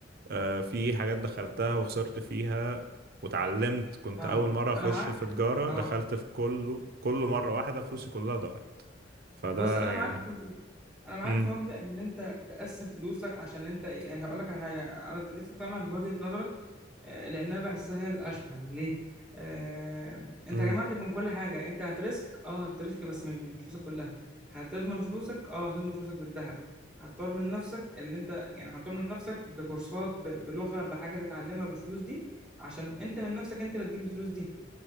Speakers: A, on the right; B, in the centre.
A: آه، في حاجات دخلتها وخسرت فيها واتعلمت كنت
B: فاهم
A: أول مرة أخش
B: انا معاك
A: في تجارة
B: اه
A: دخلت في كل كل مرة واحدة فلوسي كلها ضاعت فده
B: بص انا
A: يعني
B: معاك في انا معاك
A: امم
B: في مبدأ ان انت تقسم فلوسك عشان انت يعني هقول لك على حاجه انا ابتديت اقتنع بوجهه نظرك آه، لانها بحسها هي الاشمل ليه آه، انت
A: امم
B: جمعت من كل حاجه انت هترسك اه هترسك بس مش من فلوسك كلها هتضمن فلوسك اه هتضمن فلوسك بالذهب هتطور من نفسك اللي انت يعني هتطور من نفسك بكورسات ب- بلغه بحاجه تتعلمها بفلوس دي عشان انت من نفسك انت اللي تجيب الفلوس دي